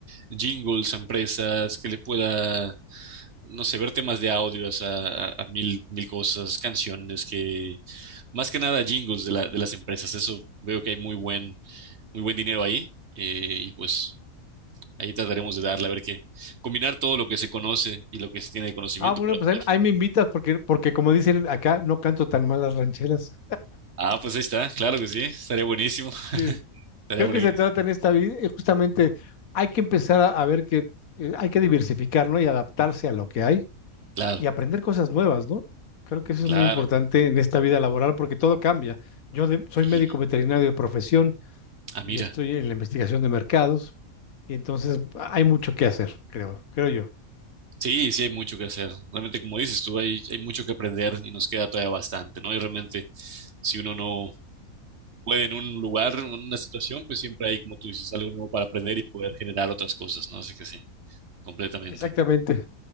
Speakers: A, on the right; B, on the left.
A: jingles a empresas, que le pueda, no sé, ver temas de audio, o sea, a, a mil, mil cosas, canciones, que más que nada jingles de la- de las empresas, eso veo que hay muy buen, muy buen dinero ahí eh, y pues Ahí trataremos de darle, a ver qué. Combinar todo lo que se conoce y lo que se tiene de conocimiento
B: Ah, bueno,
A: para
B: pues
A: poder.
B: ahí, ahí me invitas porque, porque como dicen acá, no canto tan mal las rancheras.
A: Ah, pues ahí está, claro que sí, estaría buenísimo. <laughs>
B: Sí,
A: Estaría
B: Creo
A: buena
B: que se
A: que-
B: trata en esta vida, eh, justamente hay que empezar a, a ver que eh, hay que diversificar, ¿no? Y adaptarse a lo que hay
A: Claro,
B: y aprender cosas nuevas, ¿no? Creo que eso
A: claro.
B: es muy importante en esta vida laboral porque todo cambia. Yo de- soy
A: Y,
B: médico veterinario de profesión
A: ah, mira,
B: y estoy en la investigación de mercados y entonces hay mucho que hacer, creo, creo yo.
A: sí, sí hay mucho que hacer. Realmente, como dices tú, hay, hay mucho que aprender y nos queda todavía bastante, ¿no? Y realmente, si uno no puede en un lugar, en una situación, pues siempre hay, como tú dices, algo nuevo para aprender y poder generar otras cosas, ¿no? Así que sí, completamente.
B: Exactamente.